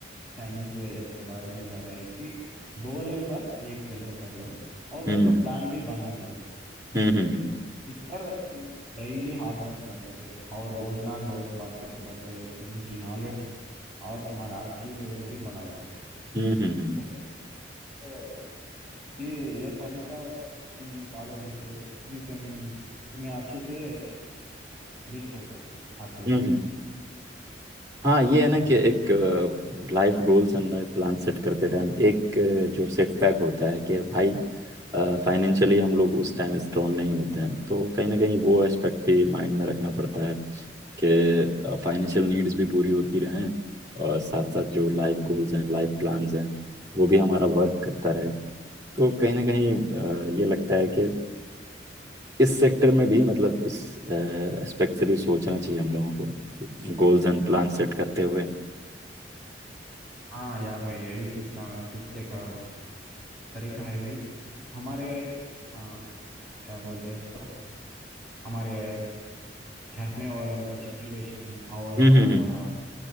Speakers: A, in the centre; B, on the right.
A: साइंस या इसके बारे में जा रहे हैं कि दोनों पर एक सेलेक्ट कर लो और उसका
B: हम्म
A: प्लान भी बना दे दो
B: हम्म
A: ठीक
B: हम्म
A: है इस पर तुम डेली हार्ड वर्क करके और रोज ना रोज बढ़ते बढ़ते तुम की नॉलेज और तुम्हारा आईक्यू लेवल भी बढ़ा लो
B: हम्म हम्म हम्म
A: ओके तो ये ये तरीका तुम फॉलो ही तो यू कैन तुम्हें अच्छे से रीच हो सकते हो आपकी
B: हम्म
A: गोल
B: हम्म,
A: पे
B: हाँ ये है ना
A: हम्म।
B: कि एक life goals and life plan set करते टाइम एक अ, जो सेटबैक होता है कि भाई फाइनेंशियली हम लोग उस टाइम स्ट्रांग नहीं होते हैं तो कहीं ना कहीं वो एस्पेक्ट भी माइंड में रखना पड़ता है कि फाइनेंशियल नीड्स भी पूरी होती रहें और साथ साथ जो लाइफ गोल्स हैं लाइफ प्लान्स हैं वो भी हमारा वर्क करता रहे तो कहीं ना कहीं अ, ये लगता है कि इस सेक्टर में भी मतलब इस एस्पेक्ट से भी सोचना चाहिए हम लोगों को गोल्स एंड प्लान सेट करते हुए
A: हाँ या भाई ये भी सोचना सोचने का तरीका है भी हमारे आ, क्या बोलते हैं इस पर हमारे घर में वालों का सिचुएशन और
B: हम्म
A: हमारा
B: हम्म हम्म।